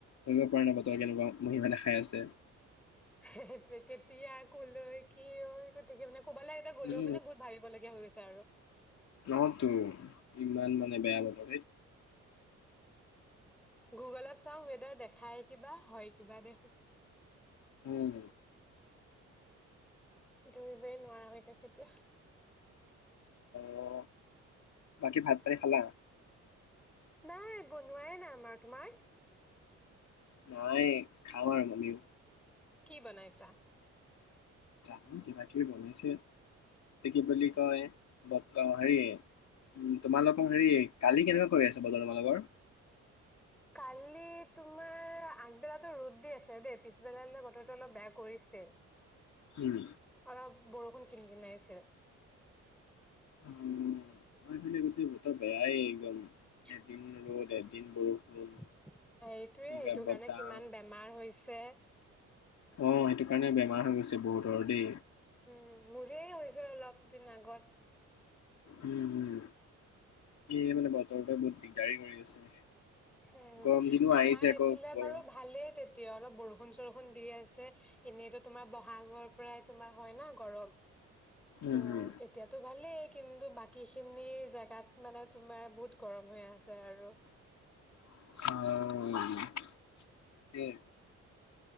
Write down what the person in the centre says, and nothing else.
সেইটোৱে। কেতিয়া, কলৈ, কিয়, একো ঠিকে মানে কবলৈ এতিয়া গলেও
মানে বহুত ভাবিব লগীয়া হৈ গৈছে।
গুগলত চাওঁ, ৱেদাৰ দেখুৱাই কিবা হয়, কিবা দেখোন।
ধৰিনৈ নোৱাৰ আৰু এ কৈছোঁ দিয়া। <inaudible>
নাই। বনুআই নাই আমাৰ। তোমাৰ?
কি বনাইছা?
উম,
কালি তোমাৰ আগবেলাটো ৰ'দ দি আছিল দে। পিছবেলালে বতৰটো অলপ বেয়া কৰিছিল।
অলপ বৰষুণ কিন কিনাইছে।
সাইটোৱে
সেইটোৰ
কাৰণে কিমান বেমাৰ হৈছে।
উম, মুৰেই হৈছিল অলপ দিন আগত।
উম,
অমৰ
এইফালে
বাৰু ভালে তেতিয়া অলপ বৰষূণ, ছৰসুন দি আছে। এনেটো তোমাৰ বহাগৰ পৰাই তোমাৰ হয় না গৰম। ত
এতিয়াতো ভালে কিন্তু বাকীশিনি জেগাত মানে তোমাৰ বহুত গৰম হৈ আছে আৰু।